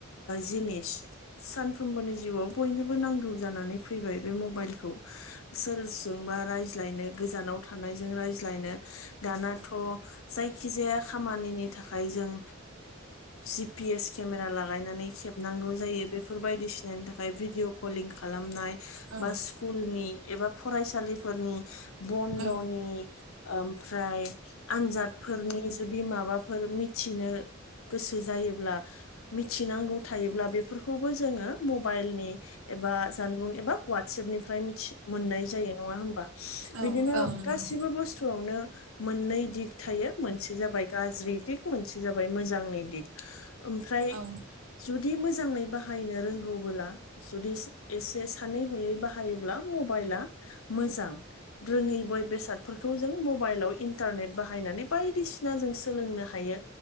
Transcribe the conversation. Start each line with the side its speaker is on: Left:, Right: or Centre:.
Left: जिनिस सानफ्रोमबोनि जिउआव बयनोबो नांगौ जानानै फैबाय बे मबाइलखौ सोरजोंबा रायज्लायनो गोजानाव थानायजों रायज्लायनो दानाथ' जाय खि जाया खामानिनि थाखाय जों जि पि एस केमेरा लागायनानै खेबनांगौ जायो बेफोर बायदिसिनानि थाखाय भिडिअ' कलिं खालामनाय
Right: औ
Left: बा स्कुलनि एबा फरायसालि फोरनि बन्द'नि
Right: औ
Left: ओमफ्राय आनजादफोरनि जुदि माबाफोर मिथिनो गोसो जायोब्ला मिथिनांगौ थायोब्ला। बेफोरखौबो जोङो मबाइलनि एबा जानबुं एबा वाटसेएपनिफ्राय मिथि मोननाय जायो नङा हबा
Right: औ
Left: बिदिनो
Right: औ नंगौ
Left: गासिबो बुस्थुआवनो मोननै दिग थायो। मोनसे जाबाय गाज्रि दिग मोनसे जाबाय मोजांनि दिग ओमफ्राय
Right: औ
Left: जुदि मोजाङै बाहायनो रो गौबोला जुदि एसे सानै हयै बाहायोब्ला मबाइला मोजां रोङै बाय बेसादफोरखौ जों मबाइलाव इन्टारनेट बाहायनानै बायदिसिना जों सोलोंनो हायो